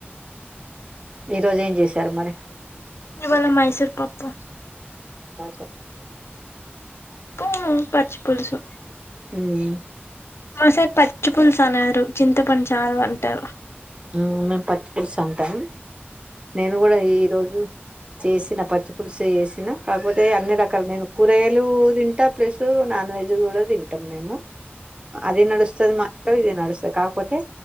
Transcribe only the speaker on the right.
ఈ రోజు ఏం చేసారు మరి
మైసూర్ పప్పు చెస్
ఉమ్
ఆ మేము పచ్చి పులుసు అంటాం నేను కూడా ఈరోజు చేసిన పచ్చి పులుసు చేసిన కాకపోతే అన్ని రకాలు నేను కూరగాయలు తింటా ప్లస్సు నా నాన్వెజ్ కూడా తింటాం మేము
అదీ నడుస్తది మా ఇంట్లో ఇదీ నడుస్తది కాకపోతే